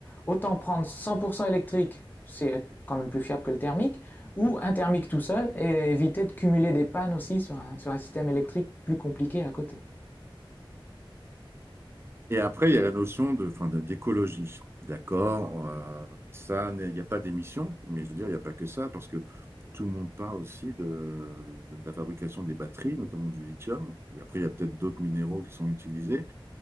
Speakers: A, on the left; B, on the right.
A: autant prendre 100% électrique, c'est quand même plus fiable que le thermique, ou un thermique tout seul et éviter de cumuler des pannes aussi sur un, sur un système électrique plus compliqué à côté.
B: Et après, il y a la notion de, enfin, de- d'écologie. D'accord, euh, ça, n'est- il n'y a pas d'émission, mais je veux dire, il n'y a pas que ça, parce que tout le monde parle aussi de, de la fabrication des batteries, notamment du lithium. Et après, il y a peut-être d'autres minéraux qui sont utilisés.